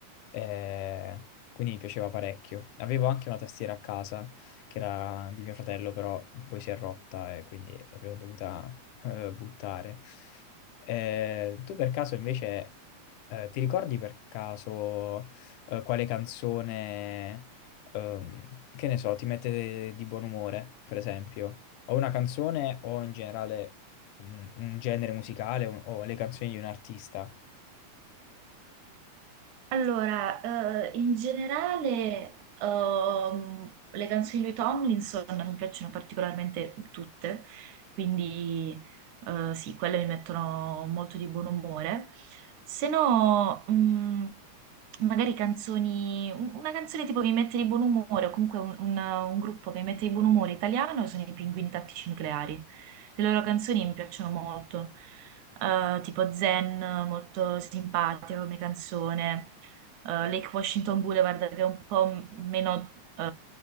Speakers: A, on the left; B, on the right.
A: Eh, quindi mi piaceva parecchio. Avevo anche una tastiera a casa che era di mio fratello, però poi si è rotta e quindi l'abbiamo dovuta eh, buttare. Eh, tu per caso invece eh, ti ricordi per caso eh, quale canzone, ehm, che ne so, ti mette di buon umore, per esempio? O una canzone o in generale un, un genere musicale o o le canzoni di un artista?
B: Allora, eh, in generale, ehm, le canzoni di Tomlinson mi piacciono particolarmente tutte, quindi eh, sì, quelle mi mettono molto di buon umore. Se no, mh, magari canzoni, un- una canzone tipo che mi mette di buon umore, o comunque un, un- un gruppo che mi mette di buon umore italiano sono i Pinguini Tattici Nucleari. Le loro canzoni mi piacciono molto, eh, tipo Zen, molto simpatica come canzone, eh, Lake Washington Boulevard che è un po' m- meno eh,